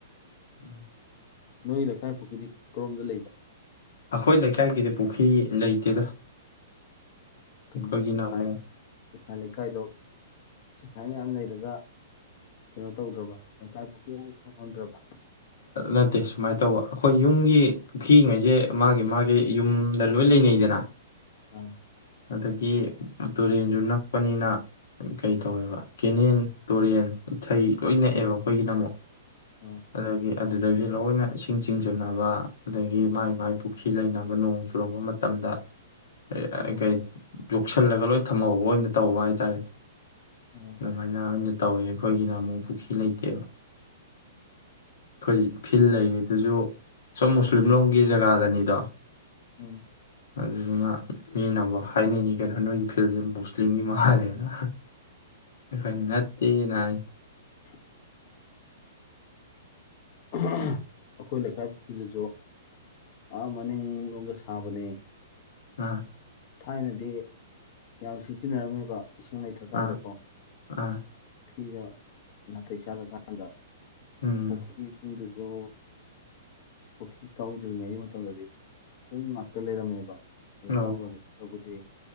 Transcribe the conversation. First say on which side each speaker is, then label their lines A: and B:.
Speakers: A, on the left; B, on the left.
A: ꯎꯝ
B: ꯅꯣꯏ ꯂꯩꯀꯥꯏ ꯄꯨꯈꯀꯤꯗꯤ ꯀꯔꯣꯝꯗ ꯂꯩꯕ
A: ꯑꯩꯈꯣꯏ ꯂꯩꯀꯥꯏꯒꯤꯗꯤ ꯄꯨꯈ꯭ꯔꯤ ꯂꯩꯇꯦꯗ
B: ꯀꯩꯅꯣ
A: ꯑꯩꯈꯣꯏꯒꯤꯅ
B: ꯁꯤꯐꯥꯏ
A: ꯑꯃꯨꯛ
B: ꯁꯤꯐꯥꯏ ꯂꯩꯀꯥꯏꯗꯣ ꯁꯤꯐꯥꯏ ꯃꯌꯥꯝ ꯂꯩꯔꯒ ꯀꯩꯅꯣ ꯇꯧꯗ꯭ꯔꯕ ꯂꯩꯀꯥꯏ ꯄꯨ꯭ꯔꯤ ꯑꯃ ꯊꯣꯡꯍꯟꯗ꯭ꯔꯕ
A: ꯅꯠꯇꯦ ꯁꯨꯃꯥꯏꯅ ꯇꯧꯕ ꯑꯩꯈꯣꯏ ꯌꯨꯝꯒꯤ ꯄꯨꯈ꯭ꯔꯤꯉꯩꯁꯦ ꯃꯥꯒꯤ ꯃꯥꯒꯤ ꯌꯨꯝꯗ ꯂꯣꯏ ꯂꯩꯅꯤꯗꯅ
B: ꯑꯥ
A: ꯑꯗꯒꯤ ꯇꯨꯔꯦꯟꯁꯨ ꯅꯛꯄꯅꯤꯅ ꯀꯩ ꯇꯧꯋꯦꯕ ꯀꯦꯅꯦꯜ ꯇꯨꯔꯦꯟ ꯏꯊꯩ ꯂꯣꯏ ꯅꯛꯑꯦꯕ ꯑꯩꯈꯣꯏꯒꯤꯗꯃꯛꯛ
B: ꯑꯥ
A: ꯑꯗꯨꯗꯒꯤ ꯑꯗꯨꯗꯒꯤ ꯂꯣꯏꯅ ꯏꯁꯤꯡ ꯆꯤꯡꯁꯤꯟꯅꯕ ꯑꯗꯒꯤ ꯃꯒꯤ ꯃꯥꯏ ꯄꯨꯈ꯭ꯔꯤ ꯂꯩꯅꯕ ꯅꯣꯡ ꯆꯨꯔꯛꯄ ꯃꯇꯝꯗ <unintelligible>
B: ꯑꯥ
A: ꯌꯣꯛꯁꯜꯂꯒ ꯂꯣꯏ ꯊꯝꯍꯧꯕ ꯑꯣꯏꯅ ꯇꯧꯕ ꯍꯥꯏꯇꯥꯔꯦ
B: ꯑꯥ
A: ꯑꯗꯨꯃꯥꯏꯅ ꯑꯣꯏꯅ ꯇꯧꯋꯦ ꯑꯩꯈꯣꯏꯒꯤꯅ ꯑꯃꯨꯛ ꯄꯨꯈ꯭ꯔꯤ ꯂꯩꯇꯦꯕ ꯑꯩꯈꯣꯏ ꯐꯤꯜ ꯂꯩꯔꯤ ꯑꯗꯨꯁꯨ ꯁꯝ ꯃꯨꯁꯂꯤꯝ ꯂꯣꯝꯒꯤ ꯖꯒꯥꯗꯅꯤꯗꯣ
B: ꯎꯝ
A: ꯑꯗꯨꯗꯨꯅ ꯃꯤꯅꯐ ꯍꯥꯏꯅꯅꯤ ꯀꯩꯅꯣ ꯅꯣꯏꯒꯤ ꯐꯤꯜꯁꯦ ꯃꯨꯁꯂꯤꯝꯒꯤ ꯃꯥꯜꯂꯦꯅ ꯈ ꯌꯥꯠꯇ ꯅꯥꯏ
B: <unintelligible> ꯑꯩꯈꯣꯏ ꯂꯩꯀꯥꯏ ꯄꯨꯈ꯭ꯔꯤꯗꯁꯨ ꯑꯥ ꯃꯅꯤꯡ ꯂꯣꯝꯗ ꯁꯥꯕꯅꯦ
A: ꯑꯥ
B: ꯊꯥꯏꯅꯗꯤ ꯌꯥꯝ ꯁꯤꯖꯤꯟꯅꯔꯝꯃꯦꯕ ꯏꯁꯤꯡ ꯂꯩꯇ꯭ꯔꯀꯥꯟꯗꯀꯣ
A: ꯑꯥ
B: ꯄꯨꯈ꯭ꯔꯤꯒ
A: ꯑꯥ
B: ꯅꯥꯇꯩ ꯆꯥꯂꯀꯥꯟꯗ
A: ꯎꯝ
B: ꯄꯈꯨ ꯁꯤꯁꯤꯡꯗꯨ ꯑꯗꯣ ꯄꯨꯈꯤ꯭ ꯇꯧꯗ꯭ꯔꯤꯉꯩꯒꯤ ꯃꯇꯝꯗꯗꯤ ꯄꯨꯡ ꯉꯥꯛꯇ ꯂꯩꯔꯝꯃꯦꯕ ꯑꯗꯨ
A: ꯑꯣ
B: ꯇꯧꯕꯨꯗꯤ